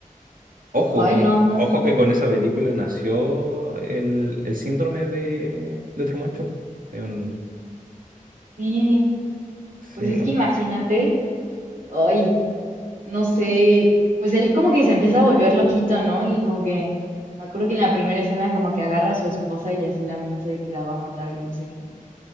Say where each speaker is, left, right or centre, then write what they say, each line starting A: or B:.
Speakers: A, on the right; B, on the right.
A: Ojo
B: ay,
A: que,
B: no, no.
A: ojo que con esa película nació el, el síndrome de, de Truman Show. Es un-
B: Sí.
A: sí,
B: Pues es
A: no,
B: que imagínate. Ay. no sé, pues él como que se empieza a volver loquito, ¿no? Y como que, me acuerdo que en la primera escena como que agarra a su esposa y así la amenaza de que la va a matar y no sé qué.